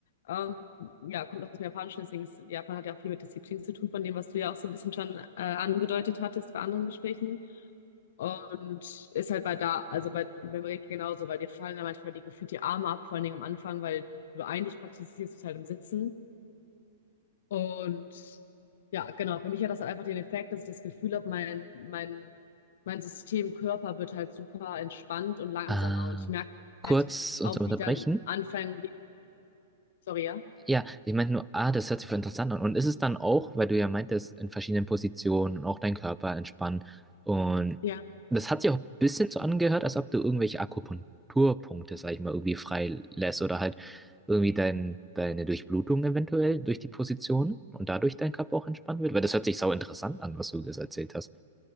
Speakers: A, on the left (about 65°); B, in the centre.
A: Ähm, ja, kommt aus dem Japanischen, deswegen ist, Japan hat ja auch viel mit Disziplin zu tun, von dem, was du ja auch so ein bisschen schon äh, angedeutet hattest bei anderen Gesprächen. Und ist halt bei da, also bei, beim Reiki genauso, weil dir fallen da manchmal die gefühlt die Arme ab, vor allen Dingen am Anfang, weil du eigentlich praktizierst es halt im Sitzen. Und ja, genau, für mich hat das halt einfach den Effekt, dass ich das Gefühl habe, mein, mein, mein System, Körper wird halt super entspannt und langsamer.
B: Äh,
A: Und ich merke
B: kurz
A: halt
B: uns
A: auch,
B: unterbrechen.
A: wie dann anfangen, die- sorry,
B: Ja, ich meinte nur, ah, das hört sich voll interessant an. Und ist es dann auch, weil du ja meintest, in verschiedenen Positionen und auch deinen Körper entspannen. Und
A: ja?
B: das hat sich auch ein bisschen so angehört, als ob du irgendwelche Akupunkturpunkte, sag ich mal, irgendwie freilässt oder halt irgendwie dein, deine Durchblutung eventuell durch die Position und dadurch dein Körper auch entspannt wird. Weil das hört sich sau interessant an, was du jetzt erzählt hast.